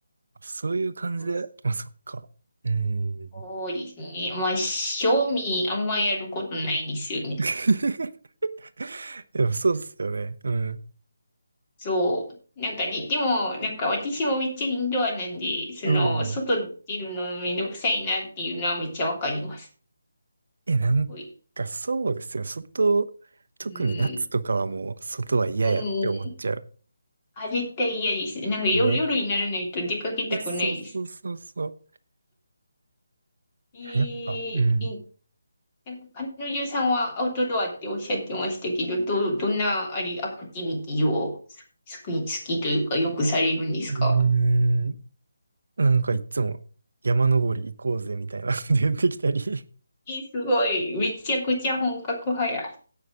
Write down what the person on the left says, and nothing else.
そう
そうですね。まあ、賞味あんまやることないですよね。
そう。なんかねででも、なんか私もめっちゃインドアなんで、その、
外出るのめんどくさいなっていうのはめっちゃわかります。
おい
うん。うんあ、絶対嫌です。なんか夜、
夜にならないと出かけたくないです。
えー、
いなんか彼女さんはアウトドアっておっしゃってましたけど、どう、どんなあれ、アクティビティを好き、好きというかよくされるんですか
えー、すごい。めちゃくちゃ本格派や。